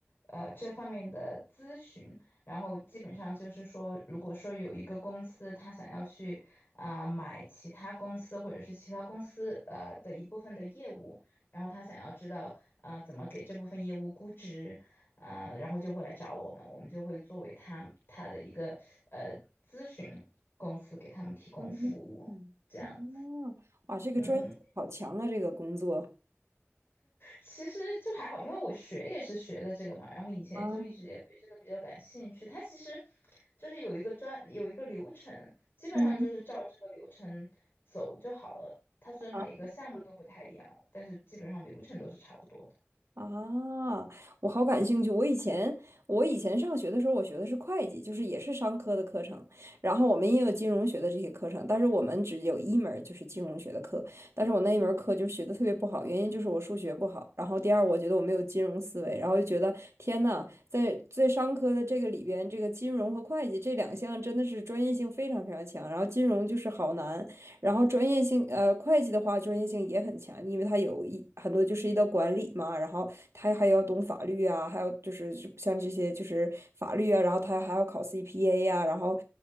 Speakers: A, on the left; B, on the right.
A: 呃这方面的咨询，然后基本上就是说，如果说有一个公司他想要去啊、买其他公司或者是其他公司呃的一部分的业务，然后他想要知道啊、呃怎么给这部分业务估值，啊，然后就会来找我们，我们就会作为他他的一个呃咨询公司给他们提供服务，
B: 嗯嗯，
A: 这样子。
B: 啊，哇，这个专业性好强啊，
A: 嗯，
B: 这个工作。
A: 其实就还好，因为我学也是学的这个嘛，然后以前就一直也对这个比较感兴趣。
B: 啊，
A: 它其实就是有一个专有一个流程，基本上就是照这个流程走就好了。
B: 嗯。
A: 它虽然每一个项目都不太一样，
B: 啊。
A: 但是基本上流程都是差不多的。
B: 啊，我好感兴趣。我以前我以前上学的时候，我学的是会计，就是也是商科的课程。然后我们也有金融学的这些课程，但是我们只有一门儿就是金融学的课。但是我那一门儿课就学的特别不好，原因就是我数学不好。然后第二，我觉得我没有金融思维，然后就觉得天呐，在在商科的这个里边，这个金融和会计这两项真的是专业性非常非常强，然后金融就是好难。然后专业性，呃，会计的话专业性也很强，因为他有一很多就是一道管理嘛，然后他还要懂法律啊，还有就是像这些就是法律啊，然后他还要考 CPA 呀、然后